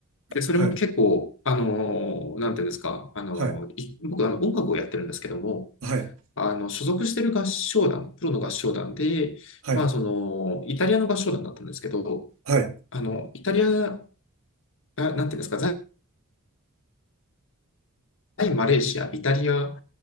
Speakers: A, on the left; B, on the right.
A: で、それも結構、
B: はい。
A: あのーなんていうんですか、あのーい僕、
B: はい。
A: あの、音楽をやってるんですけども、
B: はい。
A: あの、所属してる合唱団、プロの合唱団で、
B: はい。
A: まあ、その、イタリアの合唱団だったんですけど、
B: はい。
A: あの、イタリア、な、なんていうんですか、在在マレーシア、イタリア